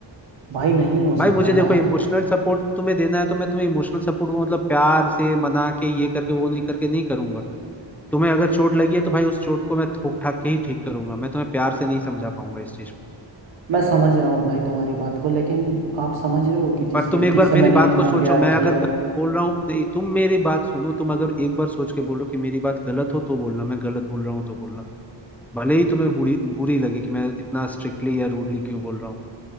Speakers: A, on the right; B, in the centre.
A: भाई नहीं हो सकता
B: भाई मुझे
A: है
B: देखो
A: ना
B: इमोशनल सपोर्ट तुम्हें देना है तो मैं तुम्हें इमोशनल सपोर्ट वो मतलब प्यार से मना के ये करके वो नहीं करके नहीं करूंगा तुम्हें अगर चोट लगी है तो भाई उस चोट को मैं ठोक ठाक के ही ठीक करूंगा मैं तुम्हें प्यार से नहीं समझा पाऊंगा इस चीज को
A: मैं समझ रहा हूँ भाई तुम्हारी बात को लेकिन आप समझ रहे हो कि जिस
B: पर तुम
A: लड़की
B: एक बार
A: से मैंने
B: मेरी बात
A: इतना
B: को सोचो
A: प्यार
B: मैं
A: किया
B: अगर गलत बोल रहा हूँ नहीं तुम मेरी बात सुनो तुम अगर एक बार सोच के बोलो कि मेरी बात गलत हो तो बोलना मैं गलत बोल रहा हूँ तो बोलना भले ही तुम्हें बुरी बुरी लगे कि मैं इतना स्ट्रिक्टली या रूडली क्यों बोल रहा हूँ